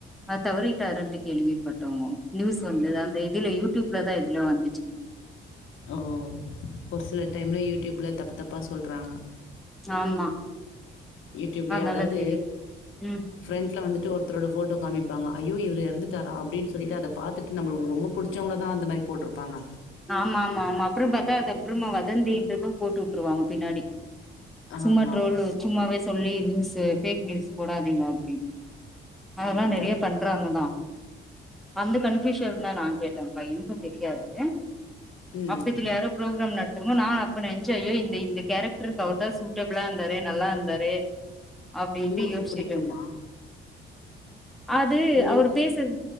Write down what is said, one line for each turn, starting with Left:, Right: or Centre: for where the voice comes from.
Centre: அ தவறிட்டாரென்ட்டு கெளிவிப்பட்டோமொ நூஸ் வந்துதாம் எ இதிலே யூடியூப்லதா எதுல்யோ வந்துச்சு
Left: ஓ ஒர் சில டைம்லே யூடியூப்ல தப்பு தப்பா சொல்றாங்க
Centre: ஆமா
Left: யூடியூப்லே
Centre: அதனால
Left: அதாவது
Centre: தெரியு ம்
Left: ஃபிரெண்ட்ல வந்துட்டு ஒருத்தரோட போட்டோ காமிப்பாங்க ஐயோ இவுரு எறந்துட்டாரா
Centre: ம்.
Left: அப்டின்னு சொல்லிட்டு அத பாத்துட்டு நம்மளுக்கு ரொம்ப பிடிச்சவங்கள தா அந்த மாரி போட்டிருப்பாங்க
Centre: ஆமா ஆமா ஆமா அப்புற பாத்தா அது அப்புறமா வதந்தின்றது போட்டு வுட்டுருவாங்க பின்னாடி சும்மா
Left: ஆமா
Centre: ட்ரோல் சும்மாவே சொல்லி நியூஸு பேக் நியூஸ் போடாதீங்க அப்டின்னு அதெல்லா
Left: ஆமா
Centre: நெறைய பண்றாங்கதா வந்து கன்ஃப்யூஸன் னா நா கேட்டன்ப்பா என்க்கு தெரியாது
Left: ம்
Centre: அப்பத்துல யாரு ப்ரோக்ராம் நடத்துக்கோ நா அப்ப நெனைச்ச ஐயோ இந்த இந்த கேரக்டருக்கு அவருதா சூட்டபிளா இருந்தாரே நல்லா இருந்தாரே அப்டின்ட்டு
Left: உங்களுக்கு
Centre: யோசிச்சுட்டு
Left: புடிக்குமா
Centre: இருந்த அது
Left: உங்களுக்கு
Centre: அவரு பேசுறது